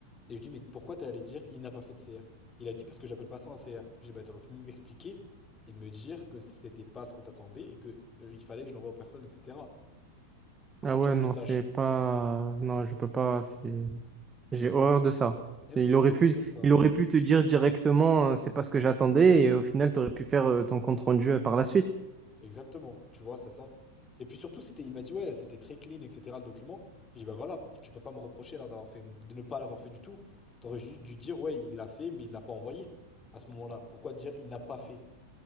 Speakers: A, on the left; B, on the right.
A: Et je dis, mais pourquoi t'es allé dire, il n'a pas fait de CR? Il a dit, parce que j'appelle pas ça un CR. J'ai dit, bah t'aurais pu m'expliquer et me dire que c'était pas ce que t'attendais et que euh, il fallait que je l'envoie aux personnes, etc. Comment
B: Ah ouais,
A: tu veux que
B: non,
A: je le sache?
B: c'est pas non, je peux pas, c'est j'ai horreur de ça.
A: Eh,
B: Et
A: mais
B: Il
A: c'est
B: aurait
A: que des
B: pu
A: trucs comme ça.
B: il aurait pu te dire directement euh, c'est pas ce que j'attendais et au final tu aurais pu faire euh, ton compte rendu euh, par la suite.
A: Exactement, tu vois, c'est ça. Et puis surtout, c'était, il m'a dit, ouais, c'était très clean, etc. le document. J'ai dit, bah voilà, tu peux pas me reprocher là d'avoir fait, de ne pas l'avoir fait du tout. T'aurais juste dû dire, ouais, il l'a fait, mais il l'a pas envoyé à ce moment-là. Pourquoi dire, il n'a pas fait?